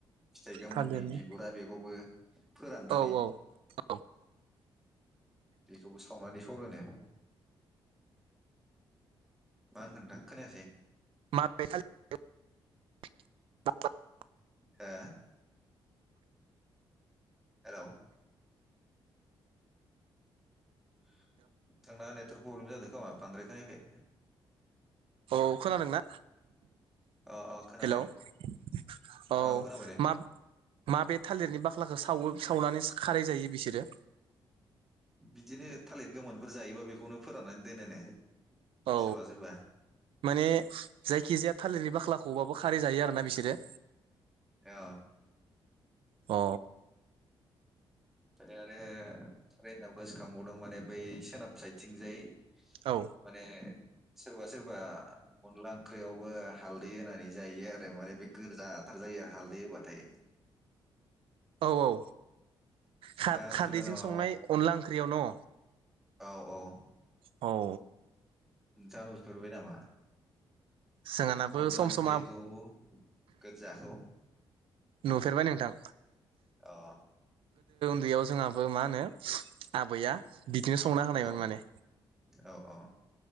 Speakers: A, in the centre; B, on the right (about 75°).
A: फिथाइ गोमोननि
B: थालिरनि
A: बिगुरा बेखौबो फोराननानै
B: औ औ औ
A: बेखौबो सावनानै सरोनो मा हनखो नोंथां खोनायासै
B: माबे थालिर <unintelligible>
A: हो <inaudible> हेल' <inaudible> थांना <unintelligible> थ्रग प्रब्लेम जादों खोमा बांद्राय खोनायाखै
B: औ खोनादों ना?
A: अ अ खोनाबाय
B: हेल' औ
A: औ खोनाबाय दे
B: मा माबे थालिरनि खलाखौ सावो सावनानै खारै जायो बिसोरो
A: बिदिनो थालिर गोमोनफोर जायोबा बेखौनो फोराननानै दोनोनो
B: औ
A: सोरबा सोरबा
B: माने जायखिजाया थालिरनि बाख्लाखौबाबो खारै जायो आरोना बिसोरो?
A: अ
B: अ
A: <unintelligible> आरो ट्रेनाव गोसोखांबावदों माने बै सोनाब साइथिंजाय <inaudible>
B: औ
A: माने सोरबा सोरबा अनला ओंख्रियावबो हालदै होनानै जायो आरो माने बे गोजाथार जायो हालदै होबाथाय
B: औ औ खार
A: नोंथाङा नुहुरा
B: खारदैजों
A: नामा
B: संनाय अनला ओंख्रियाव न'?
A: औ औ
B: औ
A: जानुसफोरबाय नामा?
B: जोंहानाबो
A: अनला
B: सम
A: ओंख्रिखौ
B: सम
A: गोजाखौ
B: नुफेरबाय नोंथां
A: अ
B: दैयाव जोंहाबो मा होनो आबैया बिदिनो संना होनायमोन
A: औ
B: माने
A: औ औ